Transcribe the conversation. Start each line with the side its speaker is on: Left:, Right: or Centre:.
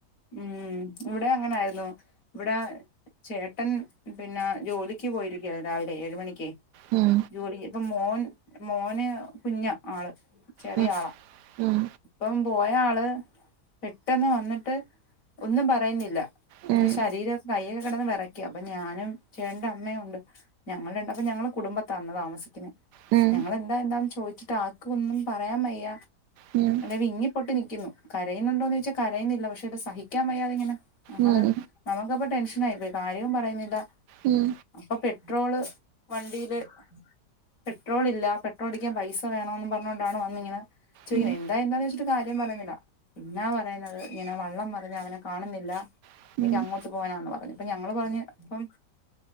Left: ഉം ഇവടെ അങ്ങനായിന്നു ഇവടെ ചേട്ടൻ പിന്നെ ജോലിക്ക് പോയിരിക്ക്യാണ് രാവിലെ ഏഴ് മണിക്കെ
Right: ഉം
Left: ജോലിക്ക് ഇപ്പൊ മോൻ മോന് കുഞ്ഞ ആള് ചെറിയ
Right: മ്മ് മ്മ്
Left: ആളാ ഇപ്പം പോയ ആള് പെട്ടെന്ന് വന്നിട്ട് ഒന്നും പറയുന്നില്ല
Right: ഉം
Left: എന്റെ ശരീരം കയ്യൊക്കെ കെടന്ന് വറ ക്ക്യാ അപ്പൊ ഞാനും ചേട്ടന്റെ അമ്മയും ഉണ്ട് ഞങ്ങള് രണ്ട് അപ്പൊ ഞങ്ങള് കുടുംബത്താ ന്ന് താമസിക്കുന്നെ
Right: ഉം
Left: ഞങ്ങള് ന്താ എന്താ ചോദിച്ചിട്ട് ആർക്ക് ഒന്നും പറയാൻ വയ്യ
Right: മ്മ്
Left: വിങ്ങിപൊട്ടി നിക്കിന്നു കരയുന്നുണ്ടോന്ന് ചോയിച്ചാ കരയുന്നില്ല പക്ഷെ ഇത് സഹിക്കാൻ വയ്യാതെ ഇങ്ങന ഞങ്ങള്
Right: ഉം
Left: നമുക്കപ്പൊ ടെൻഷനായി പോയി കാര്യവും പറയുന്നില്ല
Right: മ്മ്
Left: അപ്പോ പെട്രോള് വണ്ടിയില് പെട്രോൾ ഇല്ല പെട്രോൾ അടിക്കാൻ പൈസ വേണോന്ന് പറഞ്ഞോണ്ടാണ് വന്നിങ്ങനെ ചോയിക്കനെ
Right: ഉം ഉം
Left: എന്താ എന്താന്ന് ചോയ്ച്ചിട്ട് കാര്യം പറയിന്നില്ല പിന്നാ പറയുന്നത് ഇങ്ങനെ വള്ളം മറിഞ്ഞ് അവനെ കാണുന്നില്ല
Right: ഉം
Left: എനിക്ക് അങ്ങോട്ട് പോകാനാന്ന് പറഞ് പ്പൊ ഞങ്ങള് പറഞ് പ്പം